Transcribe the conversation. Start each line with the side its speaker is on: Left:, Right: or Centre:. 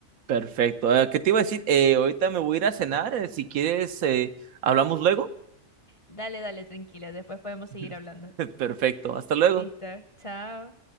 Right: Perfecto. Eh, ¿Qué te iba a decir? Eh, ahorita me voy a ir a cenar. eh, si quieres, eh, hablamos luego.
Left: Dale, dale, tranquila, después podemos
Right: <laughs>
Left: seguir hablando.
Right: Perfecto. Hasta luego.
Left: Listo, chao.